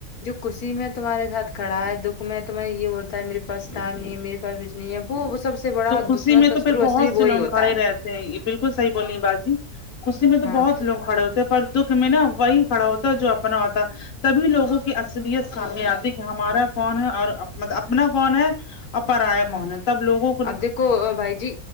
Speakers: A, on the left; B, on the left.
A: جو خوشی میں تمہارے ساتھ کھڑا ہے دکھ میں تمہیں یہ بتا ہے میرے پاس ٹائم نہیں ہے میرے بھی نہیں ہے وہ سب سے بڑا
B: تو خوشی
A: دشمن
B: میں
A: شترو
B: تو پھر
A: اصلی
B: بہت سے
A: وہی
B: لوگ
A: ہوتا
B: کھڑے
A: ہے
B: رہتے ہیں یہ بلکل صحیح بول رہ با جی خوشی میں تو
A: ہاں
B: بہت لوگ کھڑے ہوتے ہیں پر دکھ میں نا وہی کھڑا ہوتا ہے جو اپنا ہوتا تبھی لوگوں کی اصلیت سامنے آتی کہ ہمارا کون ہے اور مطب اپنا کون ہے اپر آ ہے
A: ہاں
B: کون ہے تب لوگو
A: اب دیکھو بھائی جی